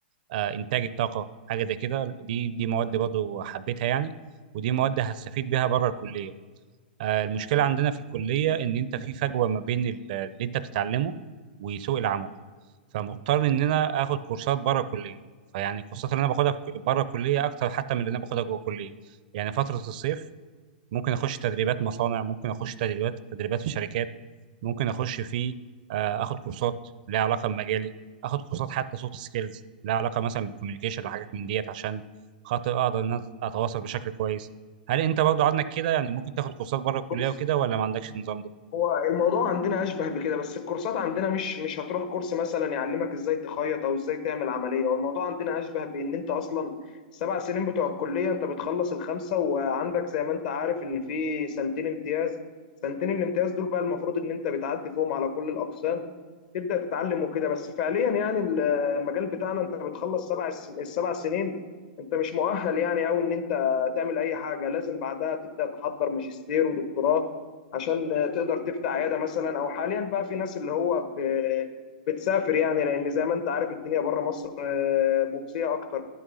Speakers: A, on the right; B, on the left.
A: آه انتاج الطاقه حاجه زي كده دي دي مواد برضه حبيتها يعني ودي مواد هستفيد بيها بره الكليه آه المشكله عندنا في الكليه ان انت في فجوه ما بين ال- اللي انت بتتعلمه وسوق العمل فمضطر ان انا اخد كورسات بره الكليه فيعني الكورسات اللي انا باخدها في- بره الكليه اكتر حتى من اللي انا باخدها جوه الكليه يعني فتره الصيف ممكن اخش تدريبات مصانع ممكن اخش تدريبات تدريبات في شركات ممكن اخش في آه، اخد كورسات ليها علاقه بمجالي اخد كورسات حتى سوفت سكيلز ليها علاقه مثلا بالكوميونيكيشن وحاجات من ديت عشان خاطر اقدر ان أنا اتواصل بشكل كويس هل انت برضو عندك كده يعني ممكن تاخد كورسات بره الكليه
B: بص
A: وكده ولا ما عندكش النظام ده
B: هو الموضوع عندنا اشبه بكده بس الكورسات عندنا مش مش هتروح كورس مثلا يعلمك ازاي تخيط او ازاي تعمل عمليه هو الموضوع عندنا اشبه بان انت اصلا السبع سنين بتوع الكليه انت بتخلص الخمسه وعندك زي ما انت عارف ان في سنتين امتياز سنتين الامتياز دول بقى المفروض ان انت بتعدي فيهم على كل الاقسام تبدا تتعلم وكده بس فعليا يعني المجال بتاعنا انت بتخلص سبع الس- السبع سنين انت مش مؤهل يعني قوي ان انت تعمل اي حاجه لازم بعدها تبدا تحضر ماجستير ودكتوراه عشان تقدر تفتح عياده مثلا او حاليا بقى في ناس اللي هو ب- بتسافر يعني لان زي ما انت عارف الدنيا بره مصر آه، مجزيه اكتر